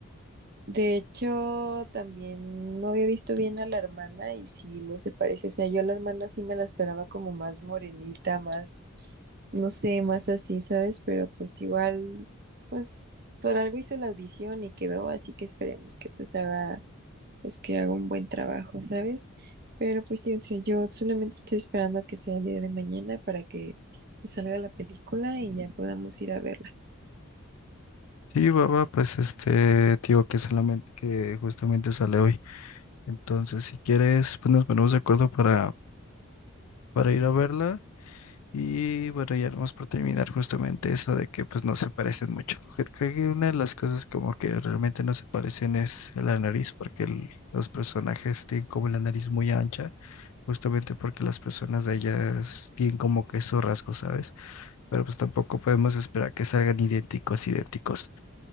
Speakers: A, on the right; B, on the left.
A: de hecho, también no había visto bien a la hermana y sí, no se parece. O sea, yo a la hermana sí me la esperaba como más morenita, más, no sé, más así, ¿sabes? Pero pues igual, pues por algo hizo la audición y quedó, así que esperemos que pues haga, pues que haga un buen trabajo, ¿sabes? Pero pues sí, o sea, yo solamente estoy esperando a que sea el día de mañana para que pues, salga la película y ya podamos ir a verla.
B: Sí, baba pues este, tío, que solamente, que justamente sale hoy. Entonces, si quieres, pues nos ponemos de acuerdo para, para ir a verla. Y bueno, ya vamos por terminar justamente eso de que pues no se parecen mucho. Cre- Creo que una de las cosas como que realmente no se parecen es la nariz, porque el- los personajes tienen como la nariz muy ancha, justamente porque las personas de ellas tienen como que esos rasgos, ¿sabes? Pero pues tampoco podemos esperar que salgan idénticos, idénticos.